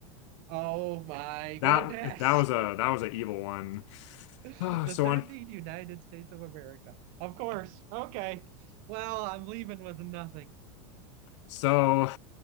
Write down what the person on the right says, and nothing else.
Oh my
goodness.
<laughs>
the
13
United States of America. Of course. Okay. Well, I'm leaving with nothing.